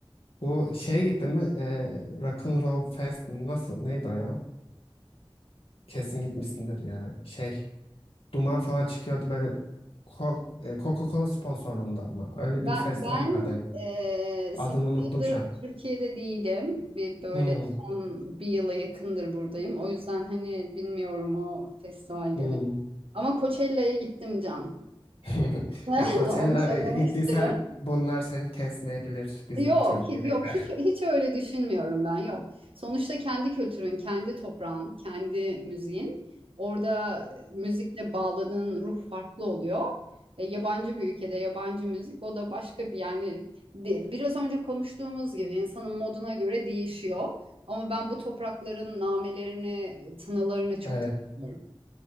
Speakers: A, on the left (about 80°); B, on the right (about 80°).
A: bu şeye gittin mi? Ee, Rock'n'Roll Fest mi? Nasıl? Neydi o ya? Kesin gitmişsindir ya. Şey, duman falan çıkıyordu böyle Co- e, Coca-Cola sponsorluğunda ama. Öyle
B: Ben,
A: bir festival
B: ben
A: vardı. acaba.
B: eee
A: Adını unuttum
B: yıldır
A: şu an.
B: Türkiye'de değilim. Bir böyle
A: Hmm,
B: son bir yıla yakındır buradayım. O yüzden hani bilmiyorum o festivalleri.
A: hmm.
B: Ama Coachella'ya gittim Can.
A: <laughs>
B: <laughs>
A: Ya Coachella'ya
B: Onu söylemek
A: gittiysen
B: isterim.
A: bunlar seni kesmeyebilir bizim
B: Yok,
A: Türkiye'dekiler.
B: hi- yok hiç hiç öyle düşünmüyorum ben. Yok. Sonuçta kendi kültürün, kendi toprağın, kendi müziğin. Orada e, müzikle bağladığın ruh farklı oluyor. E, yabancı bir ülkede yabancı müzik o da başka bir yani de- biraz önce konuştuğumuz gibi insanın moduna göre değişiyor. Ama ben bu toprakların namelerini, tınılarını çok
A: Evet.
B: seviyorum.